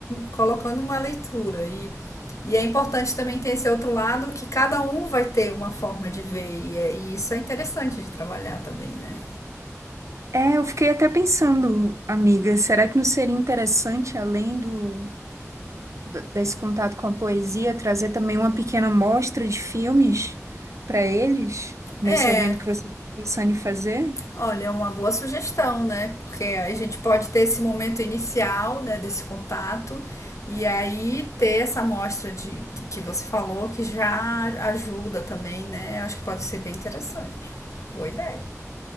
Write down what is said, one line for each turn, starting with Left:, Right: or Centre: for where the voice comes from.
Left: colocando uma leitura e e é importante também ter esse outro lado que cada um vai ter uma forma de ver e, é- e isso é interessante de trabalhar também, né?
Right: É, eu fiquei até pensando, amiga, será que não seria interessante, além do, do- desse contato com a poesia, trazer também uma pequena mostra de filmes para eles, nesse
Left: É,
Right: evento que você está pensando em fazer?
Left: Olha, é uma boa sugestão, né? Porque a gente pode ter esse momento inicial, né, desse contato, e aí ter essa amostra de, que, que você falou, que já ajuda também, né? Acho que pode ser bem interessante. Boa ideia.